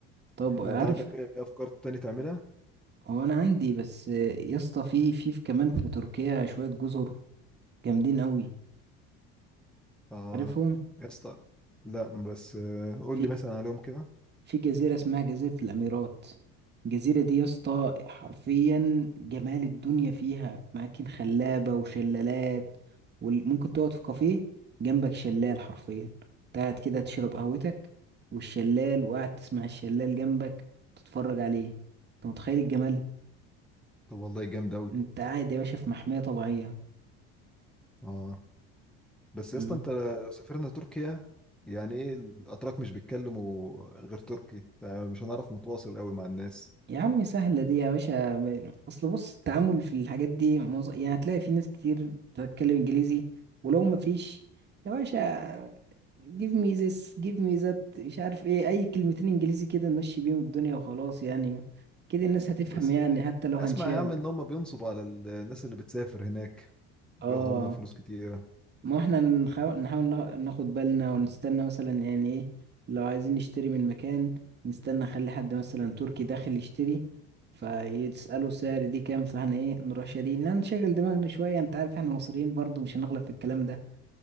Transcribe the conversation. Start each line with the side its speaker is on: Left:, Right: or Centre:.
Right: طب عارف
Centre: انت عندك ايه أفكار تاني تعملها؟
Right: هو انا عندي بس يا اسطى في في في كمان في تركيا شويه جزر جامدين اوي
Centre: اه
Right: عارفهم
Centre: يا اسطى لا بس آه، قول
Right: في
Centre: لي مثلا عليهم كده
Right: في جزيرة اسمها جزيرة الأميرات الجزيرة دي يا اسطى حرفيا جمال الدنيا فيها أماكن خلابة وشلالات وممكن تقعد في كافيه جنبك شلال حرفيا قاعد كده تشرب قهوتك والشلال وقاعد تسمع الشلال جنبك تتفرج عليه انت متخيل الجمال
Centre: طب والله جامد قوي
Right: انت قاعد يا باشا في محمية طبيعية
Centre: اه بس
Right: مم.
Centre: يا اسطى انت لو سافرنا تركيا يعني ايه الاتراك مش بيتكلموا غير تركي فمش هنعرف نتواصل قوي مع الناس
Right: يا عم سهلة دي يا باشا ب- أصل بص التعامل في الحاجات دي موز... يعني هتلاقي في ناس كتير بتتكلم إنجليزي ولو ما فيش يا باشا give me this give me that مش عارف إيه أي كلمتين إنجليزي كده نمشي بيهم الدنيا وخلاص يعني كده الناس هتفهم
Centre: بس
Right: يعني
Centre: آه،
Right: حتى لو هنشاور
Centre: اسمع يا عم ان هم بينصبوا على ال- الناس اللي بتسافر هناك بياخدوا
Right: آه
Centre: منهم فلوس كتيرة
Right: ما هو احنا نحاول نحاول نا- ناخد بالنا ونستنى مثلا يعني ايه لو عايزين نشتري من مكان نستنى خلي حد مثلا تركي داخل يشتري فيسأله سعر دي كام فاحنا ايه نروح شاريين لا، نشغل دماغنا شوية انت عارف احنا مصريين برضو مش هنغلب في الكلام ده